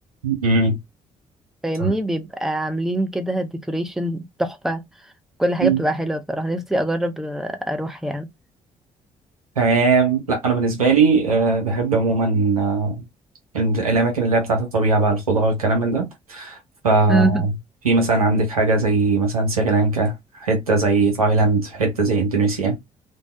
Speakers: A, on the right; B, in the centre.
A: مم.
B: فاهمني
A: طيب.
B: بيبقى عاملين كده ديكوريشن تحفه كل حاجه
A: مم.
B: بتبقى حلوه بصراحه نفسي اجرب آه، اروح يعني
A: تمام لا انا بالنسبة لي آه بحب عموما آه، الم- الأماكن اللي هي بتاعة الطبيعة بقى الخضار والكلام من ده ففي
B: مم.
A: مثلا عندك حاجة زي مثلا سريلانكا حتة زي تايلاند حتة زي إندونيسيا